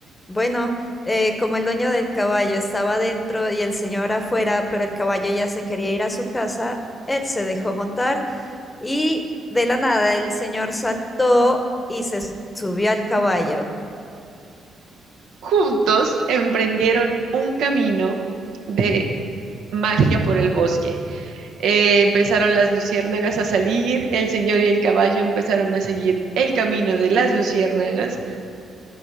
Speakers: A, on the left; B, on the right.
A: Bueno, eh, como el dueño del caballo estaba dentro y el señor afuera, pero el caballo ya se quería ir a su casa, él se dejó montar y de la nada el señor saltó y se subió al caballo.
B: Juntos emprendieron un camino de magia por el bosque. Eh, empezaron las luciérnagas a salir, el señor y el caballo empezaron a seguir el camino de las luciérnagas